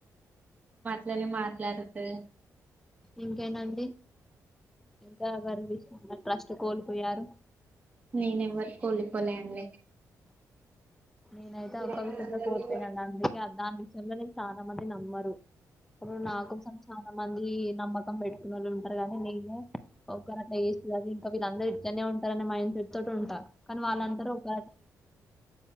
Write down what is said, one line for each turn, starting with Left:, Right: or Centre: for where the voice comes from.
Right: వెళ్లి మాట్లాడుదు
Centre: ఇంతెనాండి ఇంకా ఎవరు విష్ణు ట్రస్ట్ కోల్పోయారు
Right: నేనెవ్వరి పోలికలెండి
Centre: నేనైతే
Right: నేను
Centre: ఒక్క విషయంలో కోల్పోయిన అందుకే దాని విషయంలో నేను చాలా మంది నమ్మరు. ఇప్పుడు నా కోసం చాలా మంది నమ్మకం పెట్టుకునే వాళ్ళు ఉంటారు. కానీ నేనే ఒక్కరు అట్లా వేస్తు అది ఇంకా వీళ్ళందరుూ ఇద్దనే ఉంటారునే మైండ్ చెప్ టి ఉంటా కానీ వాళ్ళందరూ ఒక